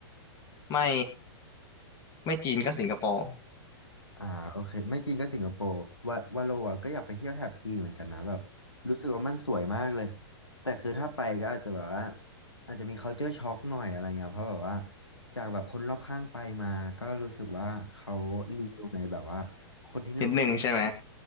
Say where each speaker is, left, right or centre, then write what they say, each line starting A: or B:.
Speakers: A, on the left (about 25°); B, on the left (about 85°).
A: ไม่ไม่จีนก็สิงคโปร์
B: อ่าโอเคไม่จีนก็สิงคโปร์วาวาโลอะก็อยากไปเที่ยวแถบจีนเหมือนกันนะแบบรู้สึกว่ามันสวยมากเลยแต่คือถ้าไปก็อาจจะแบบว่าอาจจะมี culture shock หน่อยอะไรเงี้ยเพราะแบบว่าจากแบบคนรอบข้างไปมาก็รู้สึกว่าเขารีวิวในแบบว่าคนที่นู่นเขา
A: <laughs> นิดหนึ่งใช่ไหม